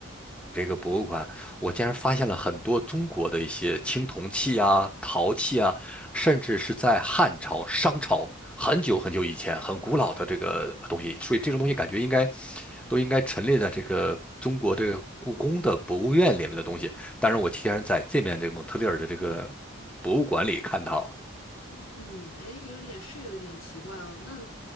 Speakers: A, in the centre; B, on the left.
A: 这个博物馆，我竟然发现了很多中国的一些青铜器啊、陶器啊，甚至是在汉朝、商朝很久很久以前、很古老的这个东西，所以这种东西感觉应该都应该陈列在这个中国这个故宫的博物院里面的东西。但是我竟然在这边这个蒙特利尔的这个博物馆里看到了。
B: 嗯，哎，有点是有点奇怪哦。那，